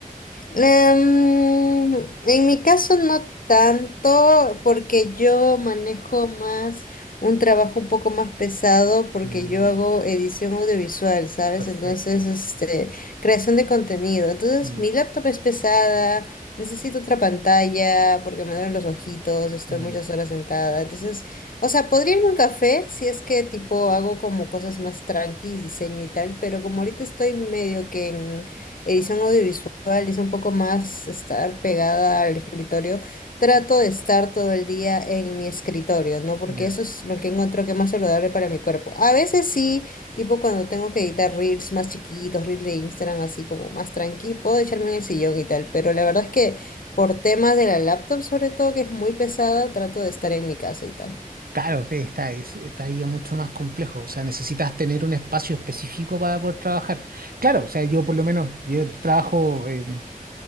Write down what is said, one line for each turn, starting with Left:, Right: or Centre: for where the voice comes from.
Left: Em, en mi caso no tanto, porque yo manejo más un trabajo un poco más pesado, porque
Right: Mm,
Left: yo hago edición audiovisual, ¿sabes?
Right: perfecto.
Left: Entonces, este, creación de contenido. Entonces,
Right: Mm,
Left: mi laptop es pesada, necesito otra pantalla, porque me duelen los ojitos, estoy
Right: mm,
Left: muchas horas sentada. Entonces, o sea, podría irme a un café si es que tipo hago como cosas más tranquis, diseño y tal, pero como ahorita estoy medio que en edición audiovisual, visual y es un poco más estar pegada al escritorio, trato de estar todo el día en mi escritorio, ¿no? Porque
Right: ya.
Left: eso es lo que encuentro que es más saludable para mi cuerpo. A veces sí, tipo cuando tengo que editar reels más chiquitos, reels de Instagram así como más tranqui, puedo echarme en el sillón y tal, pero la verdad es que por temas de la laptop sobre todo, que es muy pesada, trato de estar en mi casa y tal.
Right: Claro, sí, está, es- está ahí mucho más complejo, o sea, necesitas tener un espacio específico para poder trabajar. Claro, o sea, yo por lo menos, yo trabajo, eh,